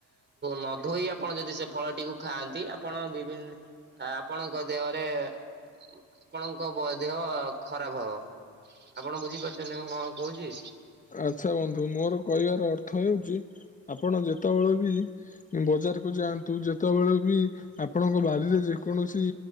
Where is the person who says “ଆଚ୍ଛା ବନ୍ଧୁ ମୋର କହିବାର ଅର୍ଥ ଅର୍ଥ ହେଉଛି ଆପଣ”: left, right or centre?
Left